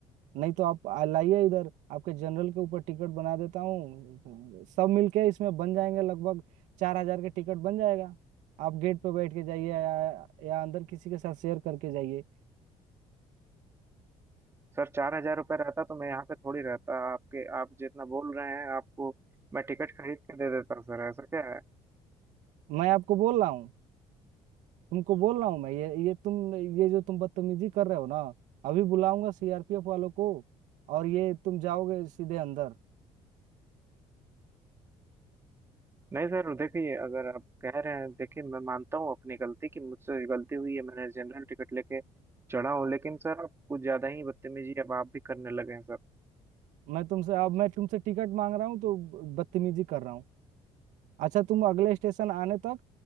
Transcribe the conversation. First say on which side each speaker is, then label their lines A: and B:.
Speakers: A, on the right; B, on the right.
A: नहीं तो आप आ- लाइए इधर आपके जनरल के ऊपर टिकट बना देता हूँ सब मिलके इसमें बन जाएंगे लगभग चार हजार के टिकट बन जाएगा आप गेट पे बैठ के जाइए या, या अंदर किसी के साथ शेयर करके जाइए
B: सर चार हजार रुपये रहता तो मैं यहाँ पे थोड़ी रहता आपके आप जितना बोल रहे हैं आपको मैं टिकट खरीद के दे देता सर ऐसा क्या है
A: मैं आपको बोल रहा हूँ तुमको बोल रहा हूँ मैं ये ये तुम ये जो तुम बदतमीजी कर रहे हो ना अभी बुलाऊंगा सीआरपीएफ वालों को और ये तुम जाओगे सीधे अंदर
B: नहीं सर देखिए अगर आप कह रहे हैं देखिए मैं मानता हूँ अपनी गलती कि मुझसे गलती हुई है मैंने जनरल टिकट लेके चढ़ा हूँ लेकिन सर आप कुछ ज्यादा ही बदतमीजी अब आप भी करने लगे हैं सर
A: मैं तुमसे अब मैं तुमसे टिकट मांग रहा हूँ तो बदतमीजी कर रहा हूँ अच्छा तुम अगले स्टेशन आने तक